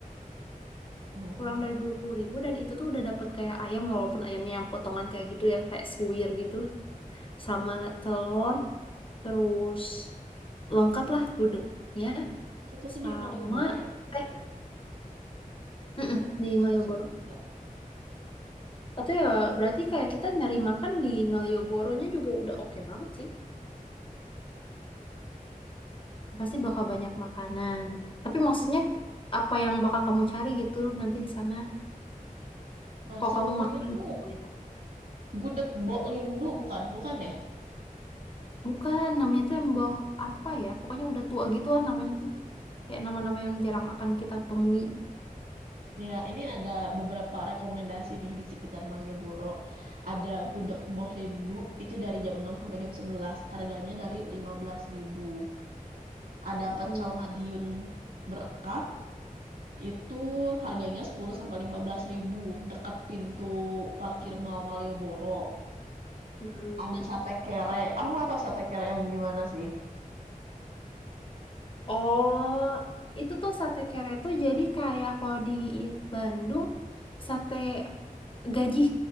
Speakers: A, on the right (about 85°); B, on the left (about 35°).
A: Oh,
B: kurang dari dua puluh ribu dan itu tuh udah dapet kayak ayam walaupun ayamnya yang potongan kayak gitu yang kayak suwir gitu sama telur terus lengkap lah gudegnya
A: kita tuh
B: sama
A: di Malioboro ya, BTW.
B: eh mm-mm,
A: Ini aku lagi
B: di Malioboro.
A: searching juga.
B: Atau ya berarti kayak kita nyari makan di Malioboronya juga udah oke banget sih. Pasti bakal banyak makanan. Tapi maksudnya apa yang bakal kamu cari gitu nanti di sana
A: Nah,
B: kalau
A: sebenarnya
B: kamu makan
A: tuh
B: di kuliner.
A: Gudeg Bok Lindu bukan? Bukan ya?
B: Bukan namanya tuh yang bawah apa ya? Pokoknya udah tua gitu lah namanya tuh. Kayak nama-nama yang jarang akan kita temui.
A: Nih ya, ini ada beberapa rekomendasi nih di sekitar Malioboro. Ada
B: Mm-mm,
A: gudeg Mbah Lindu, itu dari jam 6 sampai jam 11. harganya dari lima belas ribu. Ada
B: mm-mm,
A: pecel Madiun Berkat, itu harganya sepuluh sampai lima belas ribu. dekat pintu parkir Mall Malioboro.
B: mm-mm.
A: Ada sate kere, aku nggak tahu sate kere yang gimana sih.
B: Oh, itu tuh sate kere tuh jadi kayak kalau di Bandung sate gaji,